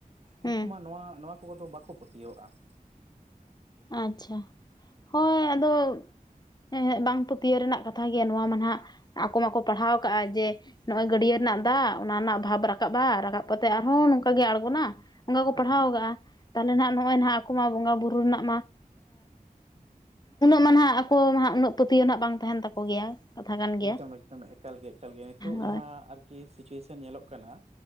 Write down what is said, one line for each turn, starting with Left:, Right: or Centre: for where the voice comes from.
Left: ᱦᱩᱸ
Right: ᱩᱱᱠᱩ ᱢᱟ ᱱᱚᱣᱟ ᱱᱚᱣᱟ ᱠᱚ ᱫᱚ ᱵᱟᱠᱚ ᱯᱟᱹᱛᱭᱟᱹᱣᱟᱜᱼᱟ ᱾
Left: ᱟᱪᱪᱷᱟ ᱦᱳᱭ ᱟᱫᱚ ᱵᱟᱝ ᱯᱟᱹᱛᱭᱟᱹᱣ ᱨᱮᱱᱟᱜ ᱠᱟᱛᱷᱟ ᱜᱮᱭᱟ ᱱᱚᱣᱟ ᱢᱟ ᱟᱜ ᱟᱠᱚ ᱢᱟᱠᱚ ᱯᱟᱲᱦᱟᱣ ᱠᱟᱜᱼᱟ ᱡᱮ ᱱᱚᱜᱼᱚᱭ ᱜᱟᱹᱰᱭᱟᱹ ᱨᱮᱱᱟᱜ ᱫᱟᱜ ᱚᱱᱟ ᱨᱮᱱᱟᱜ ᱵᱷᱟᱵᱽ ᱨᱟᱠᱟᱵᱼᱟ ᱨᱟᱠᱟᱵ ᱠᱟᱛᱮᱜ ᱟᱨᱦᱚᱸ ᱱᱚᱝᱠ ᱜᱮ ᱟᱲᱜᱚᱱᱟ ᱾ ᱚᱱᱠᱟ ᱠᱚ
Right: ᱦᱮᱸ
Left: ᱯᱟᱲᱦᱟᱣ
Right: ᱦᱮᱸ
Left: ᱟᱠᱟᱜᱼᱟ ᱛᱟᱦᱚᱞᱮ ᱱᱟᱦᱟᱜ ᱱᱚᱜᱼᱚᱭ ᱱᱟᱦᱟᱜ
Right: ᱦᱮᱸ
Left: ᱟᱠᱚ ᱢᱟ ᱵᱚᱸᱜᱟ ᱵᱩᱨᱩ ᱨᱮᱱᱟᱜ ᱩᱱᱟᱹᱜ ᱢᱟ ᱱᱟᱦᱟᱜ ᱟᱠᱚ ᱢᱟ ᱩᱱᱟᱹᱜ ᱯᱟᱹᱛᱭᱟᱹᱣ ᱦᱟᱜ ᱵᱟᱝ ᱛᱟᱦᱮᱸᱱ ᱛᱟᱠᱚ ᱜᱮᱭᱟ ᱠᱟᱛᱷᱟ ᱠᱟᱱ ᱜᱮᱭᱟ
Right: ᱮᱠᱫᱚᱢ ᱮᱠᱫᱚᱢ ᱮᱠᱟᱞ ᱜᱮ ᱮᱠᱟᱞ ᱜᱮ ᱱᱤᱛᱚᱜ
Left: ᱦᱳᱭ
Right: ᱡᱟᱦᱟᱸ ᱟᱨᱠᱤ ᱥᱤᱪᱩᱭᱮᱥᱚᱱ ᱧᱮᱞᱚᱜ ᱠᱟᱱᱟ